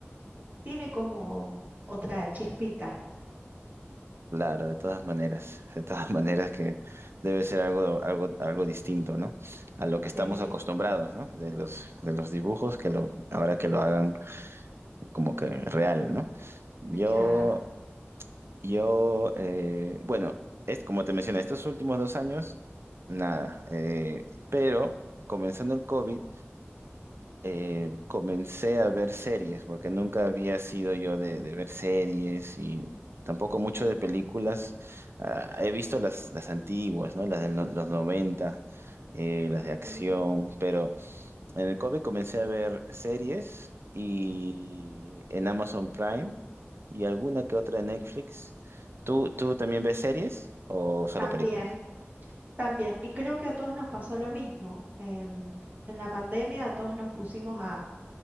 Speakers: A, on the right; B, on the right.
A: tiene como mm, otra chispita.
B: Claro, de todas maneras, de todas <laughs> maneras que debe ser algo, algo, algo distinto, ¿no? A lo que estamos
A: Sí,
B: acostumbrados, ¿no? De los, de los dibujos, que lo, ahora que lo hagan como que real, ¿no? Yo,
A: claro.
B: yo, eh, bueno, es como te mencioné, estos últimos dos años, nada. eh, pero comenzando el COVID, eh, comencé a ver series, porque nunca había sido yo de, de ver series y tampoco mucho de películas. Ah, he visto las, las antiguas, ¿no? Las de no, los 90 eh, las
A: Ujú.
B: de acción, pero en el COVID comencé a ver series y en Amazon Prime y alguna que otra en Netflix. ¿Tú, tú también ves series o solo
A: También,
B: películas?
A: también. Y creo que a todos nos pasó lo mismo. Em, en la pandemia a todos nos pusimos a,